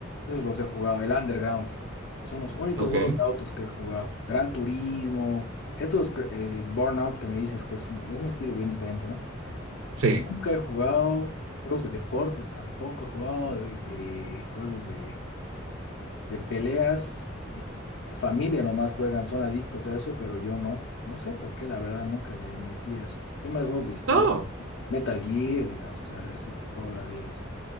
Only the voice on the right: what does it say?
Ok,
sí.
No,